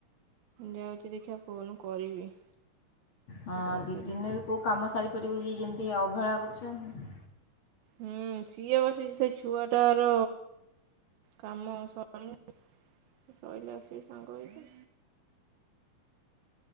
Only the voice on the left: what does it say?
ହଁ
ଦି ଦିନରେ ବି କୋଉ କାମ ସାରିପାରିବୁ ଇଏ ଯେମିତି ଅବହେଳା କରୁଚନ୍ତି।